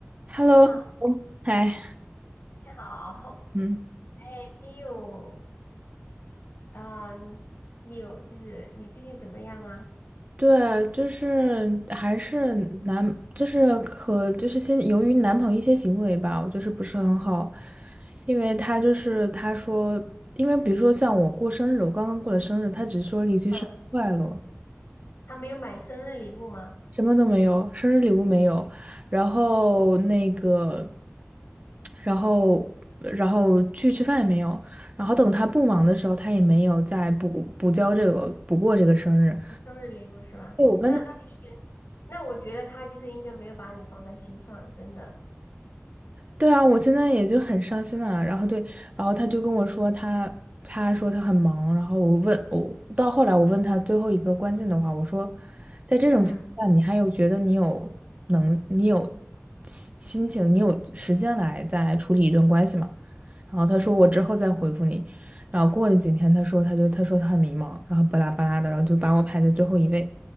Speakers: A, on the right; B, on the left.
A: Hello，
B: 你好，
A: 嗨，
B: 你好，
A: 嗯，
B: <laughs> 哎，你有啊、呃你有就是你最近怎么样啊？
A: 对，就是还是男，就是和就是先由于男朋友一些行为吧，我就是不是很好，因为他就是他说，因为比如说像我过生日，我刚刚过了生日，他只说了一句生日快乐，
B: 嗯，他没有买生日礼物吗？
A: 什么都没有，生日礼物没有，然后那个，然后然后去吃饭也没有，然后等他不忙的时候，他也没有再补补交这个补过这个生日。
B: 哦生日礼物是吧？
A: 对，我跟他。
B: 那那就是，那我觉得他就是应该没有把你放在心上，真的。
A: 对啊，我现在也就很伤心啊。然后对，然后他就跟我说他，他说他很忙。然后我问我到后来我问他最后一个关键的话，我说，在这种情况下，
B: 嗯，
A: 你还有觉得你有能，你有心心情，你有时间来再处理一段关系吗？然后他说我之后再回复你。然后过了几天，他说他就他说他很迷茫，然后巴拉巴拉的，然后就把我排在最后一位。